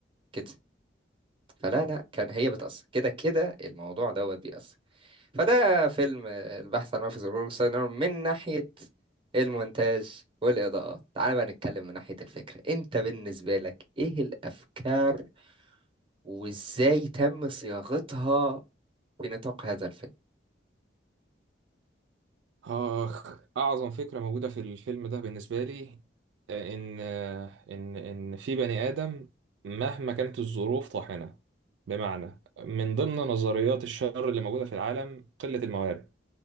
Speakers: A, on the right; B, on the right.
A: كده فلا لا كان هي بتأثر كده كده الموضوع دوت بيأثر فده فيلم البحث عن منفذ للخروج السينما من ناحية المونتاج والإضاءات تعال بقى نتكلم من ناحية الفكرة أنت بالنسبة لك إيه الأفكار وإزاي تم صياغتها في نطاق هذا الفيلم
B: آخ أعظم فكرة موجودة في الفيلم ده بالنسبة لي آه، إن آه، إن إن في بني آدم مهما كانت الظروف طاحنة بمعنى من ضمن نظريات الشر اللي موجودة في العالم قلة الموارد